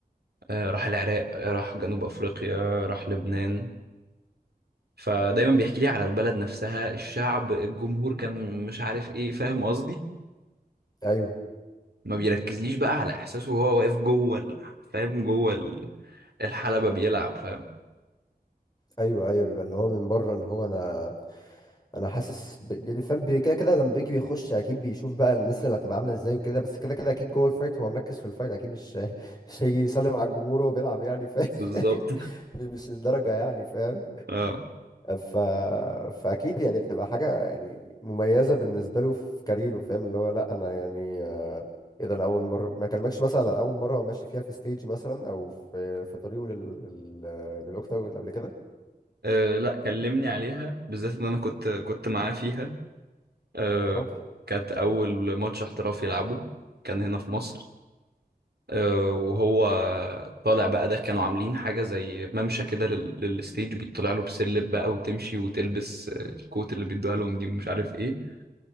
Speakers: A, on the right (about 85°); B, on the left (about 25°).
A: آه راح العراق آه راح جنوب افريقيا راح لبنان فدايما بيحكي لي على البلد نفسها الشعب الجمهور كان مش عارف ايه فاهم قصدي
B: ايوه
A: ما بيركزليش بقى على احساسه وهو واقف جوه ال- فاهم جوه ال- الحلبة بيلعب فاهم
B: ايوه ايوه بيبقى اللي هو من بره اللي هو انا انا حاسس ب... يعني فاهم بي- كده كده لما بيجي بيخش اكيد بيشوف بقى الناس اللي هتبقى عامله ازاي وكده بس كده كده اكيد جوه الفايت هو مركز في الفايت اكيد مش مش هيجي يسلم على الجمهور وهو بيلعب يعني فاهم
A: بالظبط
B: <laughs> مش الدرجه يعني فاهم
A: <laughs> اه
B: ف... فاكيد يعني تبقى حاجه يعني مميزه بالنسبه له في كاريره فاهم اللي هو لا انا يعني ايه ده انا اول مره ما كلمكش مثلا عن اول مره هو ماشي فيها في ستيج مثلا او في في طريقه لل... لل... للاوكتاجون قبل كده
A: أه لا كلمني عليها بالذات ان انا كنت كنت معاه فيها أه
B: يا راجل
A: كانت اول ماتش احترافي يلعبه كان هنا في مصر أه وهو طالع بقى ده كانوا عاملين حاجة زي ممشى كده لل- للستيج بيطلع له بسلم بقى وتمشي وتلبس آه، الكوت اللي بيدوها لهم دي ومش عارف ايه